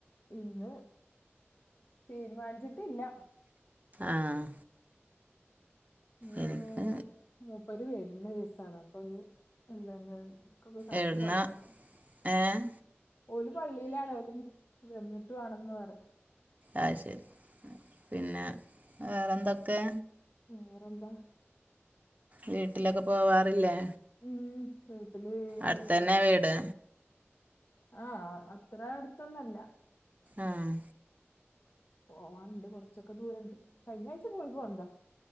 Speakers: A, on the left; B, on the right.
A: ഇന്ന് തീരുമാനിച്ചിട്ടില്ല.
B: ആഹ്
A: ആഹ്
B: എനിക്ക്
A: മുപ്പര് വെരുന്ന ദിവസാണ് അപ്പോ ഇനി <unintelligible>
B: എവിടുന്ന
A: കൊണ്ടുവന്നിട്ട്
B: ഏഹ്
A: ഓല് പള്ളിയിലാണ്, ഓല് വന്നിട്ടു വണെന്ന് പറ
B: അയ്ശരി, പിന്നെ വേറെന്തൊക്കെ?
A: വേറെന്താ?
B: വീട്ടിലൊക്കെ പോവാറില്ലേ?
A: മ് വീട്ടില്
B: അടുത്ത്
A: ഇപ്പ
B: തന്നെ
A: കഴിഞ്ഞ
B: വീട്
A: ആഴ്ച ആഹ് അത്ര അടുത്തൊന്നല്ല.
B: ആഹ്
A: പോവാനുണ്ട്, കൊറച്ചൊക്കെ ദൂരണ്ട്. കഴിഞ്ഞാഴ്ച പോയിപ്പോ വന്നതാ.